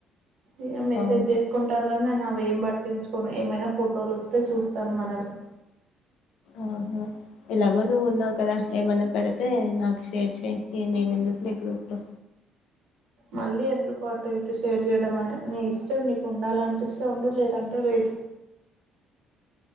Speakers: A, on the right; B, on the left.
A: ఇక మెసేజ్
B: అవును
A: చేసుకుంటారుగానీ నన్న నేను ఏం పట్టించుకోను ఏమైనా ఫోటోలు వస్తే చూస్తాను మనవి
B: ఆహా ఎలాగో నువ్వు ఉన్నావు కదా ఏమన్నా పెడితే నాకు షేర్ చేయి నేను ఎందుకులే గ్రూప్ లో
A: మళ్ళీ ఎందుకు అటు ఇటు షేర్ చేయడం అని నీ ఇష్టం నీకు ఉండాలనిపిస్తే ఉండు లేదంటే లేదు.